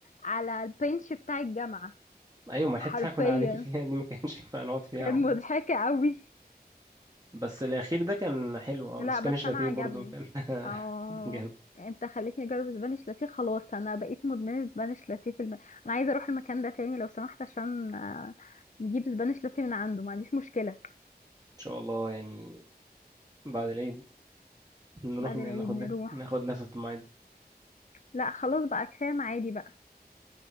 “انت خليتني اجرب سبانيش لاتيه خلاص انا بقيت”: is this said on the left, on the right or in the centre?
Left